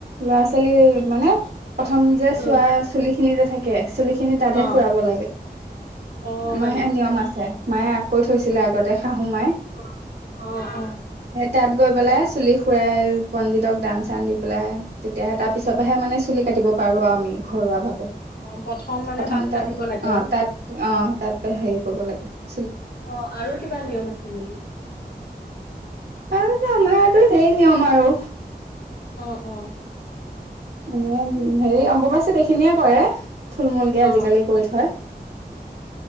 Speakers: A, on the right; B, on the left.
A: ল'ৰা ছোৱালী মানে প্ৰথম যে
B: উম
A: চোৱা চুলি খিনি যে থাকে চুলি খিনি তাতহে
B: অ
A: সুৰাব লাগে।
B: অ
A: আমাৰ
B: হয় নেকি
A: সেয়া নিয়ম আছে। মায়ে কৈ থৈছিলে আগতে শাহু মায়ে
B: অ অ
A: তাত গৈ পেলাই চুলি সুৰাই পণ্ডিতক দান চান দি পেলাই তেতিয়াহে তাৰ পিছৰ পৰাহে মানে চুলি কাটিব পাৰো আৰু আমি ঘৰুৱা ভাৱে প্ৰথম
B: অ মানে
A: তাত
B: কাটিব লাগে
A: অ
B: আৰু
A: তাত অ তাত হেৰি কৰিব লাগেৰয়য়
B: অ আৰু কিবা নিয়ম আছে নেকি?
A: আৰু ত আমাৰো ইয়াতো ঢেই নিয়ম আৰু
B: অ অ
A: অ হেৰি অম্বুবাচীত এইখিনিয়ে কৰে থুলমূলকে
B: অ
A: আজিকালি কৰি থয়